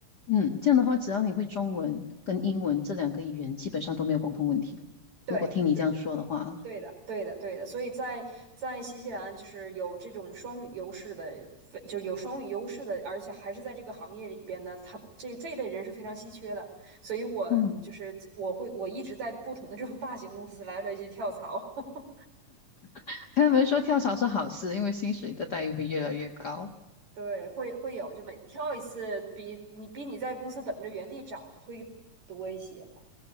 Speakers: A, on the left (about 45°); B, on the right (about 55°).
A: 嗯，这样的话，只要你会中文跟英文这两个语言，基本上都没有沟通问题了。
B: 对，
A: 如果听你这样说的话，
B: 对的，对的，对的。所以在在新西兰，就是有这种双语优势的，非就是有双语优势的，而且还是在这个行业里边呢，他这这一类人是非常稀缺的。所以我就是我会我一直在不同的这种大型公司来来去跳槽，
A: 嗯，
B: <laughs>
A: <laughs> 他们说跳槽是好事，因为薪水的待遇会越来越高。
B: 对，会会有，就每跳一次比你比你在公司等着原地涨会多一些嘛。